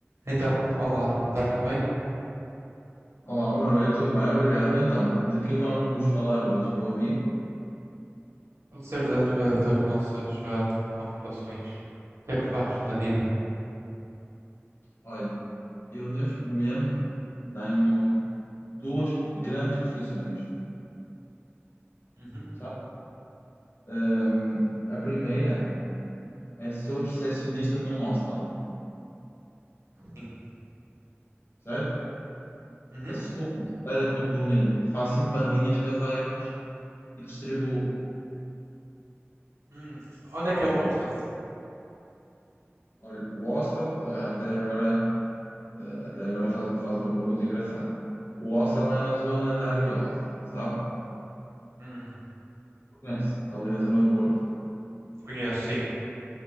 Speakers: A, on the right; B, on the left.
A: Então, olá, está tudo bem?
B: Olá, boa noite, tudo bem? Obrigado. Então, de que vamos falar hoje, meu amigo?
A: Pode ser das, eh, das nossas ahm, ocupações. O que é que faz da vida?
B: Olha, eu neste momento tenho duas grandes profissões,
A: Uhum.
B: sabe? Hum, a primeira é sou recepcionista num hostel,
A: Sim.
B: certo?
A: Uhum.
B: A segunda, para complemento, faço empadinhas caseiras e distribuo.
A: Hum, Onde é que é o hostel?
B: Olha, o hostel, ah, até agora, ah, até agora faz, faz uma pergunta engraçada. O hostel é na zona da Ariosa, sabe?
A: Hum,
B: Conhece? Ali na zona do Porto.
A: Conheço, sim.